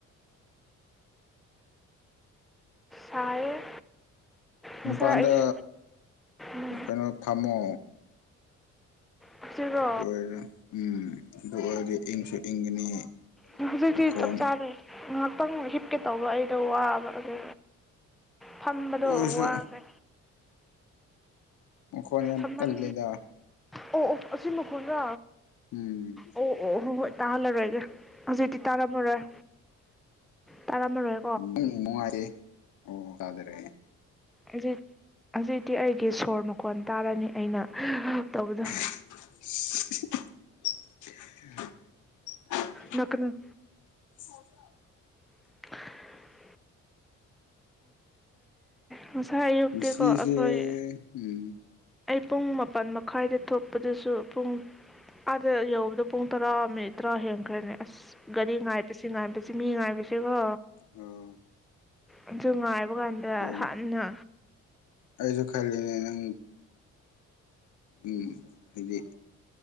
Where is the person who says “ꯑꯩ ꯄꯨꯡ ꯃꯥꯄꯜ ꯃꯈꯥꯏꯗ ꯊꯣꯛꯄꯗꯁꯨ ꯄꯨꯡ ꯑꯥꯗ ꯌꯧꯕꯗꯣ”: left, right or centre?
Centre